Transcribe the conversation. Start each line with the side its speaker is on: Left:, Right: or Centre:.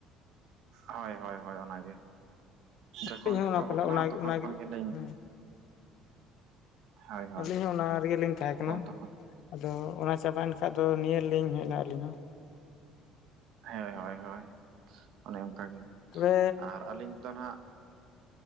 Right: ᱦᱳᱭ ᱦᱳᱭ ᱦᱳᱭ ᱚᱱᱟᱜᱮ ᱡᱚᱠᱷᱚᱱ
Left: ᱟᱹᱞᱤᱧ ᱦᱚᱸ ᱚᱱᱟ
Right: ᱮᱛᱚᱦᱚᱵ
Left: ᱠᱚ
Right: ᱟᱠᱟᱱᱟ ᱛᱚᱠᱷᱚᱱ
Left: ᱚᱱᱟᱜᱮ
Right: ᱠᱷᱚᱱ ᱜᱮᱞᱤᱧ,
Left: ᱦᱮᱸ
Right: ᱦᱳᱭ ᱦᱳᱭ
Left: ᱟᱹᱞᱤᱧ ᱦᱚᱸ ᱚᱱᱟ ᱨᱮᱜᱮᱞᱤᱧ ᱛᱟᱸᱦᱮ ᱠᱟᱱᱟ᱾
Right: ᱩᱱ ᱛᱚᱠᱷᱚᱱ
Left: ᱟᱫᱚ ᱚᱱᱟ ᱪᱟᱵᱟᱭᱮᱱ ᱠᱷᱟᱱ ᱫᱚ ᱱᱤᱭᱟᱹ ᱞᱤᱧ ᱦᱮᱡ ᱮᱱᱟ ᱟᱹᱞᱤᱧ ᱦᱚᱸ᱾
Right: ᱦᱳᱭ ᱦᱳᱭ ᱦᱳᱭ ᱚᱱᱮ ᱚᱱᱠᱟᱜᱮ
Left: ᱛᱚᱵᱮ
Right: ᱟᱨ ᱟᱹᱞᱤᱧ ᱫᱚ ᱱᱟᱦᱟᱜ